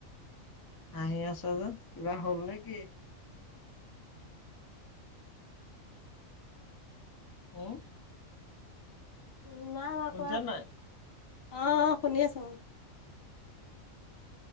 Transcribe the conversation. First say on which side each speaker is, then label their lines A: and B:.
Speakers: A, on the left (about 30°); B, on the left (about 55°).
A: হাঁহি আছা যে কিবা হ'ল নেকি। উম।
B: উম নাই হোৱা
A: শুনিছা
B: কোৱা অ',
A: নাই
B: অ', শুনি আছোঁ।